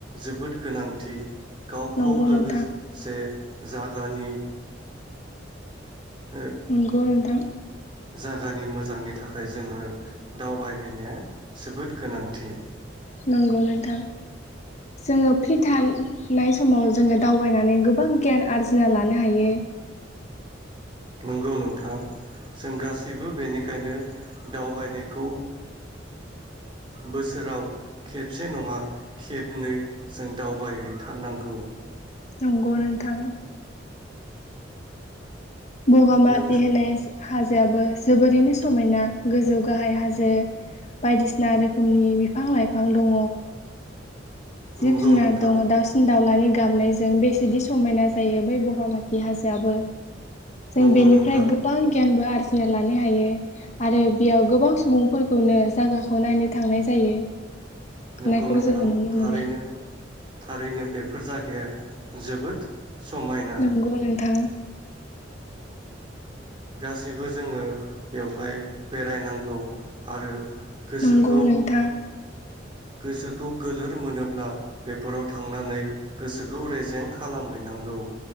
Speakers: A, on the right; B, on the left.
A: जोबोद गोनांथि। गावखौ
B: नंगौ
A: लोगो
B: नोंथां
A: से जागानि ओ
B: नंगौ नोंथां।
A: जागानि मोजांनि थाखाय जोङो दावबायहैनाया जोबोद गोनांथि।
B: नंगौ नोंथां जोङो फ्रि थानायनाय समाव जोङो दावबायनानै गोबां गियान आरजिना लानो हायो।
A: नंगौ नोंथां जों गासैबो बेनिखायनो दावबायनायखौ बोसोराव खेबसे नङा खेबनै जों दावबायहैथारनांगौ।
B: नंगौ नोंथां बगामाथि
A: नों
B: होनाय हाजोआबो जोबोरैनो समायना, गोजौ गाहाय हाजो बायदिसिना रोखोमनि बिफां लाइफां दङ।
A: नंगौ
B: जिब जुनार
A: नोंथां
B: दङ, दाउसिन दाउलानि गाबनायजों बेसेदि समायना जायो बै बगामाथि हाजोआबो जों
A: नंगौ
B: बेनिफ्राय
A: नोंथां
B: गोबां गियानबो आर जिना लानो हायो आरो बेयाव गोबां सुबुंफोरखौनो जागाखौ नायनो थांनाय जायो।
A: नंगौ
B: नायखौ
A: नोंथां
B: जोङो नुनो
A: थारैनो
B: मोनो
A: थारैनो बेफोर जागाया जोबोद समायना
B: नंगौ नोंथां
A: गासैबो जोङो बेवहाय बेरायनांगौ आरो गोसोखौ
B: नंगौ नोंथां
A: गोसोखौ गोलोर मोनोब्ला बेफोराव थांनानै गोसोखौ रेजें खालामहैनांगौ।